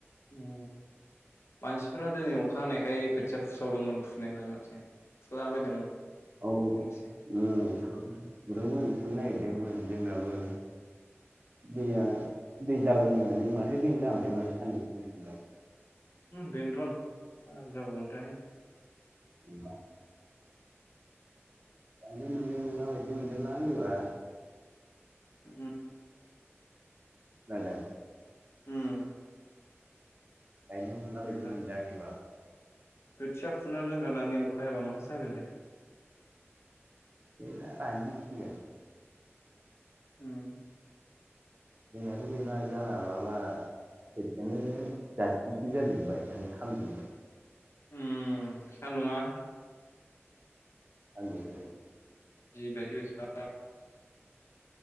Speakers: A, on the left; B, on the right.
A: उम मानसिफोरा दिनै अखा हानायखाय खोथिया फुसावदोंमोन फुनायालाय माथो फुलाबायदोंमोन
B: औ ओ
A: जोंसे
B: फुदोंमोन फुनो नागिरदोंमोन जोंनाबो दैया दै जागोन होननानै माथो गैला ओमफ्राय माथो सानदुंसो दुंफिनबाय
A: उम बेनोथ'न मा जाबावगोनथाय
B: <unintelligible> गायनो मोननाय नंला बायदि मोनदोंलां एबार
A: ओम
B: खोनादों
A: ओम
B: गायनो मोनला बायदि
A: गैला
B: मोनदों आंनिबा
A: खोथिया फुना दोनखानानै अखा हायाबा मा जागोन देलाय
B: दैया रानजोबसिगोन
A: उम
B: दैयानो गैला जाला माबा खोथियायानो जाथिसो जाजोब्बाय माने खामजोबबाय
A: उम सान्दुङा
B: <unintelligible>
A: जिबायदि सा